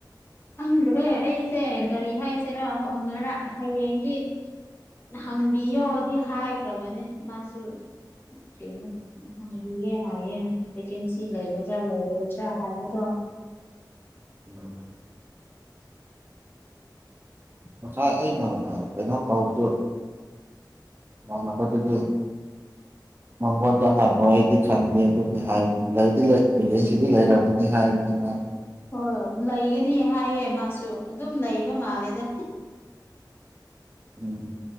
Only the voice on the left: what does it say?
ꯍꯪꯗꯔꯦ ꯑꯩꯁꯦ ꯀꯔꯤ ꯍꯥꯏꯁꯤꯔꯥ ꯍꯣ ꯉꯔꯥꯡ ꯍꯌꯦꯡꯗꯤ ꯍꯪꯕꯤꯌꯣꯗꯤ ꯍꯥꯏꯈ꯭ꯔꯕꯅꯦ ꯃꯥꯁꯨ ꯀꯩꯅꯣ ꯍꯪꯕꯤꯒꯦ ꯍꯥꯏꯌꯦ ꯚꯦꯀꯦꯟꯁꯤ ꯂꯩꯒꯗ꯭ꯔꯥ ꯂꯩꯔꯣꯏꯗ꯭ꯔꯥ ꯍꯥꯏꯕꯗꯣ
<inaudible>
ꯍꯣꯏ ꯂꯩꯒꯅꯤ ꯍꯥꯏꯌꯦ ꯃꯥꯁꯨ ꯑꯗꯨꯝ ꯂꯩꯕ ꯃꯥꯜꯂꯦꯗ